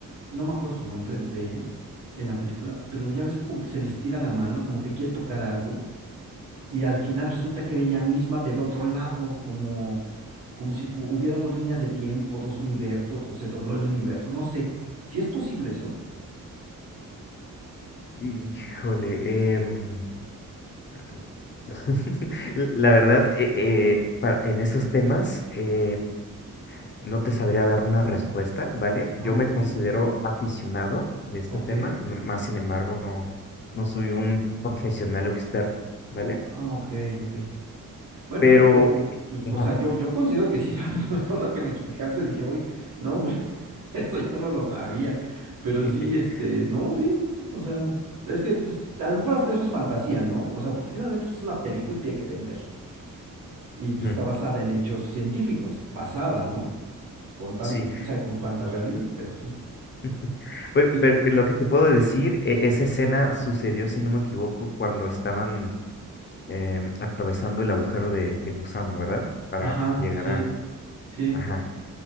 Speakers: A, on the right; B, on the left.
A: no me acuerdo su nombre de ella en la película, pero ya ves como que se les tira la mano, como que quiere tocar algo y al final resulta que era ella misma del otro lado, como, como si fu- hubiera dos líneas de tiempo, dos universos, o se dobló el universo, no sé. Si es posible eso?
B: Híjole, em, aquí. <laughs> La verdad, eh, eh, pa- en esos temas, eh, No te sabría dar una respuesta, ¿vale?
A: Ah,
B: Yo
A: ok,
B: me considero aficionado de este
A: ok,
B: tema, no- más sin embargo, no, no soy un profesional o experto, ¿vale?
A: ah, ok, ok. Bueno,
B: Pero,
A: pero, pero,
B: eh,
A: pues, o
B: ajá,
A: sea, yo, yo considero que sí sabes <laughs> todo lo que me explicaste, dije, uy, no, pues, <laughs> eso yo no lo sabía, pero
B: <laughs>
A: sí, este, no, sí, o sea, es que, pues, a lo mejor hasta eso es fantasía, ¿no? O sea, porque finalmente, pues, es una película y tiene que vender y pues
B: ujú,
A: está basada en hechos científicos, basada, ¿no? con tan,
B: sí.
A: quién sabe con cuánta realidad, pero sí.
B: <laughs> Pues,
A: Sí.
B: pero lo que te puedo decir, e- esa escena sucedió, si no me equivoco, cuando estaban em, atravesando el agujero de, de gusano, ¿verdad? Para
A: Ajá,
B: llegar
A: sí,
B: a,
A: sí.
B: ajá,